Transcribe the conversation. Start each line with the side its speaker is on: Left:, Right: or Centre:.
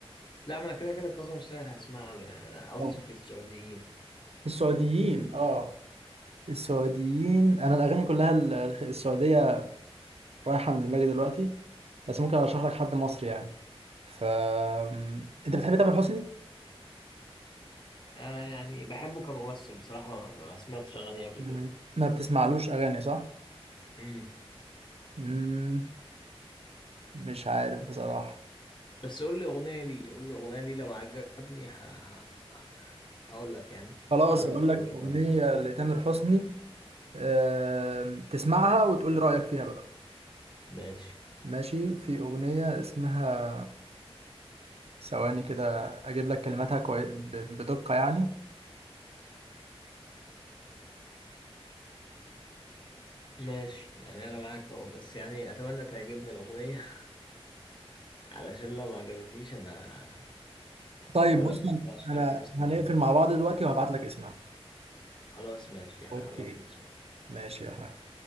Left: لا ما انا كده كده كاظم الساهر هسمع له يعني انا قصدي
Right: آه.
Left: في السعوديين
Right: في السعوديين اه السعوديين انا الاغاني كلها ال- الخ- السعوديه رايحه من دماغي دلوقتي بس ممكن ارشح لك حد مصري يعني ف م، انت بتحب تامر حسني
Left: آه يعني بحبه كممثل بصراحه ما, ما سمعتش اغانيه قبل
Right: تمام
Left: كده
Right: ما بتسمعلوش اغاني صح
Left: امم
Right: مم، مش عارف بصراحه
Left: بس قول لي اغنيه لي قول لي اغنيه لي لو عجبني ه... ه... هقول لك يعني
Right: خلاص
Left: هعرفك
Right: هقول لك
Left: عجبتني
Right: اغنيه
Left: ولا لأ.
Right: لتامر حسني آم، تسمعها وتقول لي رايك فيها بقى
Left: ماشي
Right: ماشي في اغنيه اسمها ثواني كده اجيب لك كلماتها كوي... ب- بدقه يعني
Left: ماشي يعني انا معاك اهو بس يعني اتمنى تعجبني الاغنيه <laughs> علشان لو ما عجبتنيش انا
Right: طيب
Left: هقول
Right: بص
Left: لك ما تسمعش تامر
Right: انا
Left: حسني
Right: هنقفل
Left: تاني
Right: مع بعض دلوقتي وهبعت لك اسمها
Left: خلاص ماشي يعني
Right: اوكي
Left: عرفني اسمع
Right: ماشي يا احمد